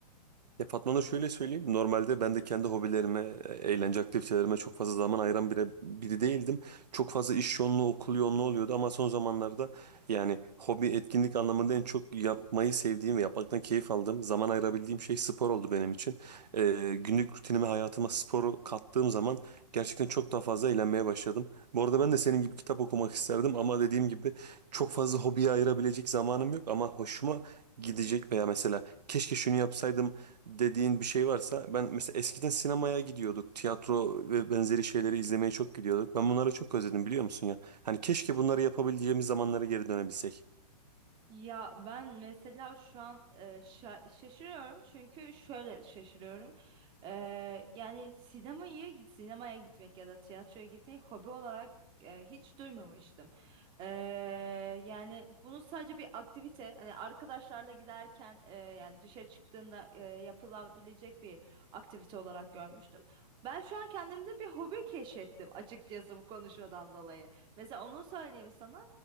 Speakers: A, on the right; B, on the right.
A: Ya Fatma Nur şöyle söyleyeyim. Normalde ben de kendi hobilerime, e- eğlence aktivitelerime çok fazla zaman ayıran biri, biri değildim. Çok fazla iş yoğunluğu, okul yoğunluğu oluyordu ama son zamanlarda yani hobi etkinlik anlamında en çok yapmayı sevdiğim ve yapmaktan keyif aldığım, zaman ayırabildiğim şey spor oldu benim için. Ee, günlük rutinime, hayatıma sporu kattığım zaman gerçekten çok daha fazla eğlenmeye başladım. Bu arada ben de senin gibi kitap okumak isterdim ama dediğim gibi çok fazla hobiye ayırabilecek zamanım yok ama hoşuma gidecek veya mesela keşke şunu yapsaydım dediğin bir şey varsa ben mesela eskiden sinemaya gidiyorduk. Tiyatro ve benzeri şeyleri izlemeye çok gidiyorduk. Ben bunları çok özledim biliyor musun ya? Hani keşke bunları yapabileceğimiz zamanlara geri dönebilsek.
B: Ya ben mesela şu an e, şa- şaşırıyorum çünkü şöyle şaşırıyorum. E, yani sinemayı sinemaya gitmek ya da tiyatroya gitmeyi hobi olarak e, hiç duymamıştım. E, yani bunu sadece bir aktivite hani arkadaşlarla giderken e, yani dışarı çıktığında e, yapılabilecek bir aktivite olarak görmüştüm. Ben şu an kendimde bir hobi keşfettim açıkçası bu konuşmadan dolayı. Mesela onu söyleyeyim sana.